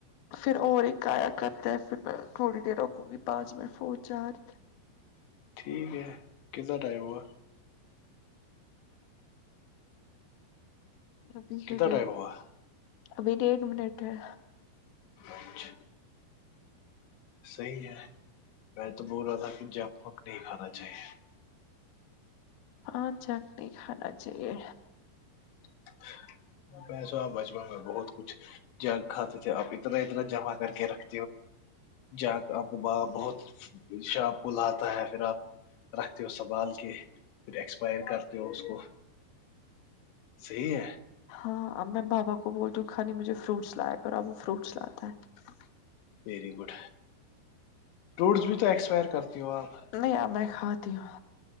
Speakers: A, on the left; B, on the left.
A: پھر اور ایک آیا کرتے ہیں پھر میں تھوڑی دیر رکوں گی پانچ منٹ فون چارج
B: ٹھیک ہے کتنا ٹائم ہوا
A: ابھی ہے
B: کتنا
A: ڈ
B: ٹائم ہوا
A: ابھی ڈیھ منٹ ہے
B: اچھ صحیح ہے میں تو بول رہا تھا کہ جب کوب نہیں کھانا چاہیے
A: ہاں جک نہیں کھانا چاہیے
B: ہ <inaudible> پیسو آ بچپن میں بہت کچھ جگ کھاتے تھے اپ اتنا اتنا جمع کر کے رکھ ج آپ کو ب بہت شاپ کو لاتا ہے پھر آپ رکھتے ہو سنبھال کے پھر ایکسپائر کرتے ہو اس کو صحیح ہے
A: ہاں میں بابا کو بولتی ہوں کالی مجھے فروٹس لایا کر اب وہ فروٹس لاتا ہے
B: ویری گڈ روٹس بھی تو ایکسپائر کرتی ہو آپ <unintelligible>
A: نہیں ب میں کھاتی ہوں